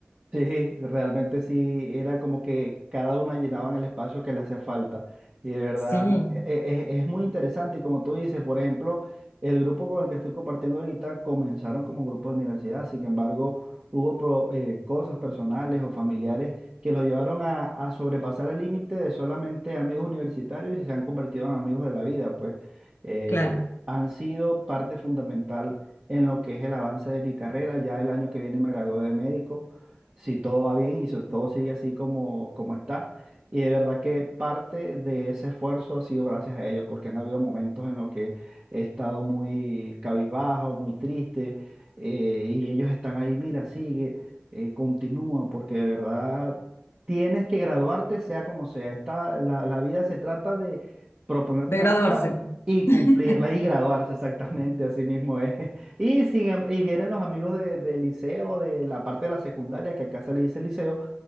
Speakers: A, on the right (about 35°); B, on the left (about 80°).
A: Sí, realmente sí, era como que cada una llenaban el espacio que le hacía falta. Y de verdad,
B: Sí,
A: e- e- e, es, muy interesante. Y como tú dices, por ejemplo, el grupo con el que estoy compartiendo ahorita comenzaron como un grupo de universidad. Sin embargo, hubo pro- eh, cosas personales o familiares que los llevaron a, a sobrepasar el límite de solamente amigos universitarios y se han convertido en amigos de la vida. Pues eh,
B: claro,
A: han sido parte fundamental en lo que es el avance de mi carrera. Ya el año que viene me gradué de médico si todo va bien y si todo sigue así como, como está. Y de verdad que parte de ese esfuerzo ha sido gracias a ellos, porque han habido momentos en los que he estado muy cabizbajo, muy triste, eh, y ellos están ahí, mira, sigue, eh, continúa, porque de verdad tienes que graduarte sea como sea. Esta, la, la vida se trata de proponerte
B: de
A: una
B: graduarse.
A: meta y cumplirla
B: <laughs>
A: y graduarse exactamente, así mismo es. Y, sin em- y vienen los amigos de, del liceo, de la parte de la secundaria, que acá se le dice liceo,